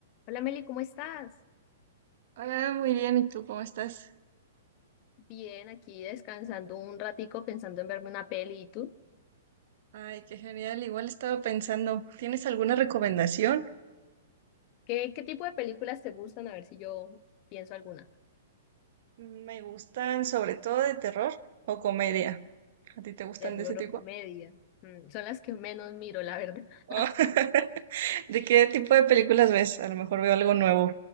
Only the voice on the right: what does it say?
Ah, muy bien, ¿y tú cómo estás?
Ay, qué genial. Igual estaba pensando, ¿tienes alguna recomendación?
Me gustan sobre todo de terror o comedia. ¿A ti te gustan
de ese tipo?
Ah,
<laughs> ¿De qué tipo de películas ves? A lo mejor veo algo nuevo.